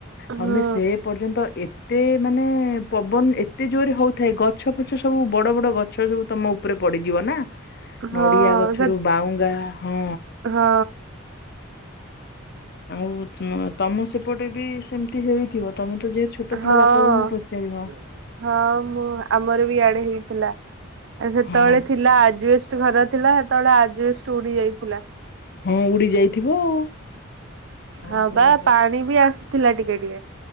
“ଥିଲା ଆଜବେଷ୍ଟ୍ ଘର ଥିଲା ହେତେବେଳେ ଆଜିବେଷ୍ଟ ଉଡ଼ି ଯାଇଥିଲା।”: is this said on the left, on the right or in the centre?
Right